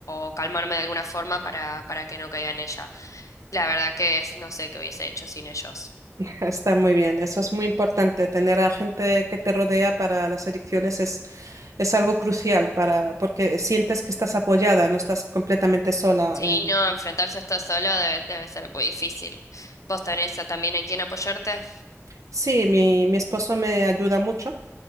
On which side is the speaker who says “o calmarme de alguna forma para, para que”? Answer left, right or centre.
Left